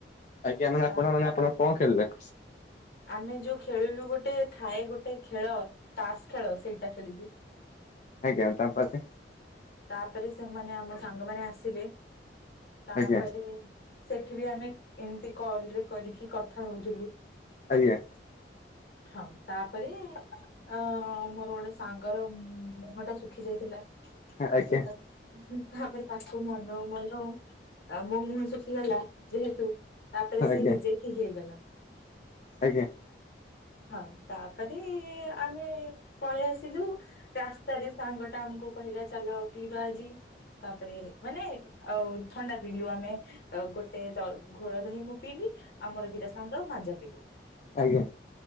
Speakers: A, on the left; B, on the left.
A: ଆଜ୍ଞା ମାନେ!
B: ତା
A: ଆପଣ ମାନେ, ଆପଣ କଣ ଖେଳିଲେ।
B: ଆମେ ଯୋଉ ଖେଳିଲୁ। ଗୋଟେ ଥାଏ ଗୋଟେ ଖେଳ ତାସ ଖେଳ ସେଇଟା ଖେଳିଲୁ।
A: <unintelligible>
B: ତାପରେ ସେମାନେ ଆମ ସାଙ୍ଗମାନେ ଆସିଲେ ତାପରେ
A: ଆଜ୍ଞା
B: ସେଠି ବି ଆମେ ଏମିତି କଲରେ କରିକି, କଥା ହଉଥିଲୁ।
A: ଆଜ୍ଞା।
B: ହଁ ତାପରେ, ଅ ମୋର ଗୋଟେ ସାଙ୍ଗର ମୁହଁ ଟା ଶୁଖି ଯାଇଥିଲା।
A: ଆଜ୍ଞା
B: ତାପରେ ତାପରେ ତାକୁ ମନଉ ମନଉ ମୋ ମୁହଁ ଶୁଖିଗଲା ଯେହେତୁ ତାପରେ
A: ଆଜ୍ଞା
B: ସେ ନିଜେ ଠିକ ହେଇଗଲା। <unintelligible>
A: ଆଜ୍ଞା।
B: ହଁ ତାପରେ, ଆମେ ପଳେଇ ଆସିଲୁ। ରାସ୍ତାରେ ସାଙ୍ଗ ଟା ଆମକୁ କହିଲା ଚାଲ ପିଇବା ଆଜି ତାପରେ ମାନେ ଆସି ଥଣ୍ଡା ପିଇଲୁ ଆମେ। ଗୋଟେ ଘୋଳ ଦହି ମୁଁ ପିଇଲି। ଆମର ଦିଟା ସାଙ୍ଗର ମାଜା ପିଇଲେ।
A: ଆଜ୍ଞା।